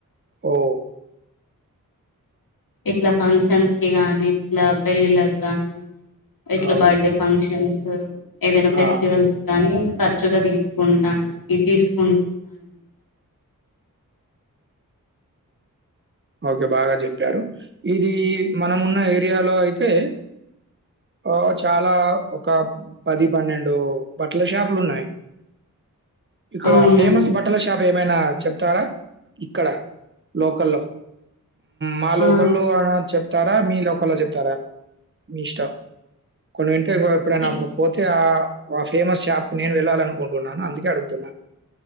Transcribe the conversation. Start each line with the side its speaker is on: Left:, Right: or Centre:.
Right: ఓ
Left: ఇట్లా ఫంక్షన్స్ కి గాని ఇట్లా పెళ్ళిళ్ళకి నీ ఎట్లా
Right: అవును.
Left: బర్త్డే ఫంక్షన్స్ స ఏదైనా ఫెస్టివల్స్
Right: ఆ!
Left: కానీ కారచ్చుగా తీసుకుంటాను ఇది తీసుకుంటున్నానండి
Right: ఓకే బాగా చెప్పారు ఇది మనమున్న ఏరియాలో అయితే ఆ చాలా ఒక పది పన్నెండు బట్టల షాపులు ఉన్నాయి ఇక్కడ
Left: అవునండి
Right: ఫేమస్ బట్టల షాప్ ఏమైనా చెప్తారా ఇక్కడ లోకల్లో మా
Left: ఆ
Right: లోకల్ అ చెప్ చెప్తారా మీ లోక్కల్లో చెప్తారా మీ ఇష్టం కొండగట్టు ఎప్పుడైనా
Left: ఇక్
Right: పోతే ఆ ఆ ఫేమస్ షాప్ కి నేను వెళ్ళాల అనుకుంటున్నాను అందుకే అడుగుతున్నాను